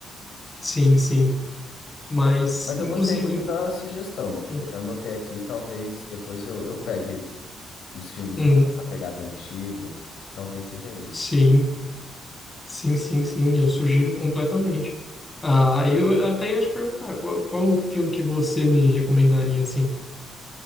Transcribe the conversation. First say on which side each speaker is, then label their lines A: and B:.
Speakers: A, on the left (about 20°); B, on the left (about 75°).
A: sim, sim. Mas,
B: Mas, mas
A: inclusive,
B: eu gostei muito da sugestão, tipo,
A: uhum,
B: já anotei aqui, talvez depois eu, eu pegue. uns filmes
A: uhum,
B: mais essa pegada antiga. Acho que talvez seja isso.
A: sim, sim, sim, sim, eu sugiro completamente. Ah, eu até ia te perguntar, qual, qual o filme que você me recomendaria, assim?